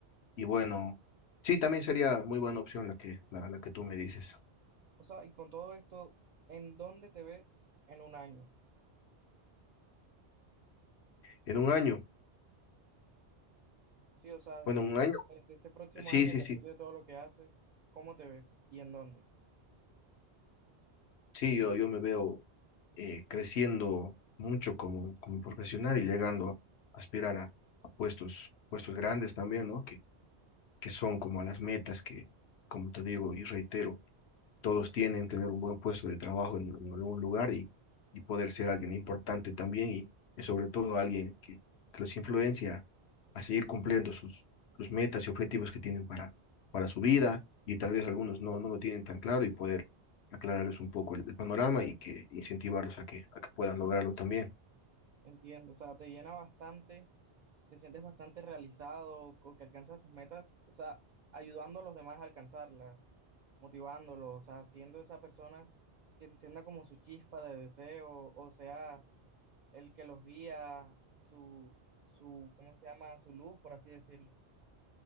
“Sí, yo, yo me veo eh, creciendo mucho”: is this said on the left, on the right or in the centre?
Left